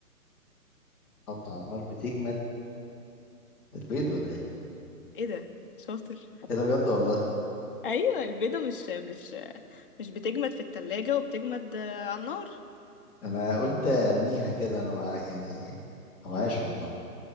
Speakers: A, in the centre; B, on the left.
A: حط على النار بتجمد البيض ولا ايه
B: ايه ده شاطر
A: ايه ده بجد والله
B: ايوه البيضة مش مش مش بتجمد في التلاجة وبتجمد آه، على النار
A: انا قلت ارميها كده انا مع يعني ما معايش والله